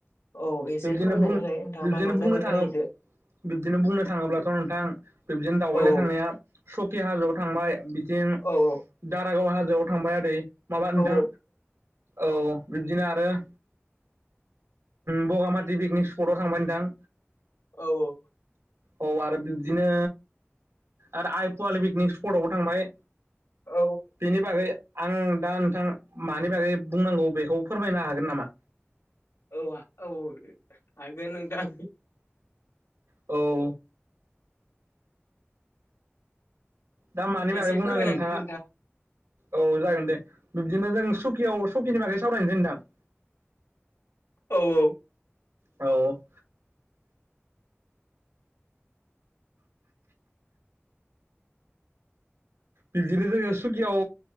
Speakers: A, on the left (about 85°); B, on the right (about 80°).
A: औ एसे
B: बिब्दिनो
A: फोरमायनानै
B: बुं
A: होलाय नोंथाङा
B: बिब्दिनो
A: मा मा जायगायाव
B: बुंनो थाङो
A: बेरायहैखो
B: बिब्दिनो बुंनो थाङोब्लाथ' नोंथां। बिब्दिनो दावबायनो
A: औ
B: थांनाया सकि हाजोआव थांबाय बिथिं
A: औ औ
B: दारा गाव हाजोआव थांबाय ओरै माबा
A: औ
B: नोंथां औ बिब्दिनो आ रो बगामाथि पिकनिक स्पटआव थांबाय नोंथां
A: औ औ
B: औ आरो बिब्दिनो आरो आइ पवालि पिकनिक स्पटआवबो थांबाय
A: औ
B: बेनि बागै आं दा नोंथां मानि बागै बुंनांगौ बेखौ फोरमायनो हागोन नामा?
A: औ औ हागोन नोंथां
B: औ दा मानि बागै
A: एसे
B: बुंनांगो
A: फोरमायनानै
B: नोंथाङा
A: दोन
B: औ जागोन दे बिब्दिनो जों सकियाव सकिनि बागै सावरायनोसै नोंथां
A: औ औ
B: औ बिबदिनो जोङो सुकियाव